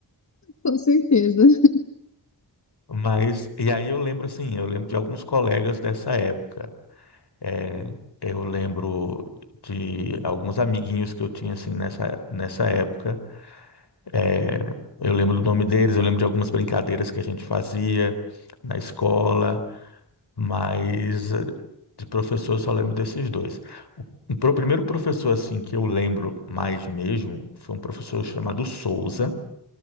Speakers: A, on the left; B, on the left.
A: com certeza. <laughs>
B: Mas, e aí eu lembro assim, eu lembro de alguns colegas dessa época. É, eu lembro de alguns amiguinhos que eu tinha assim nessa, nessa época. É, eu lembro do nome deles, eu lembro de algumas brincadeiras que a gente fazia na escola, mas eh, de professor eu só lembro desses dois. O, o pro- primeiro professor assim que eu lembro mais mesmo foi um professor chamado Souza,